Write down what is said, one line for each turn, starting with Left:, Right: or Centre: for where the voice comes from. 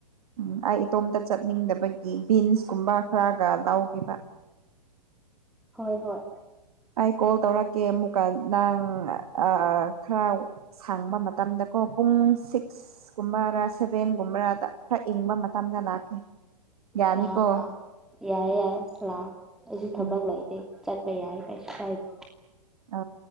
Right: ꯎꯝ ꯑꯩ ꯏꯇꯣꯝꯇ ꯆꯠꯅꯤꯡꯗꯕꯒꯤ ꯕꯤꯟꯁ ꯀꯨꯝꯕ ꯈꯔꯒ ꯂꯧꯒꯦꯕ
Centre: ꯍꯣꯏ ꯍꯣꯏ
Right: ꯑꯩ ꯀꯣꯜ ꯇꯧꯔꯛꯀꯦ ꯑꯃꯨꯛꯀ ꯅꯪ ꯑꯥ ꯈꯔ ꯁꯥꯡꯕ ꯃꯇꯝꯗꯀꯣ ꯄꯨꯡ ꯁꯤꯛꯁ ꯁꯤꯛꯁ ꯀꯨꯝꯕꯔꯥ ꯁꯚꯦꯟ ꯒꯨꯝꯕꯔꯥꯗ ꯈꯔ ꯏꯪꯕ ꯃꯇꯝꯗ ꯂꯥꯛꯀꯦ ꯌꯥꯅꯤꯀꯣ
Centre: ꯂꯥꯎ ꯂꯥꯎ ꯌꯥꯏ ꯌꯥꯏ ꯂꯥꯎ ꯑꯩꯁꯨ ꯊꯕꯛ
Right: ꯎꯝ
Centre: ꯂꯩꯇꯦ ꯆꯠꯄ ꯌꯥꯏ ꯀꯩꯁꯨ ꯀꯥꯏꯗꯦ
Right: ꯑ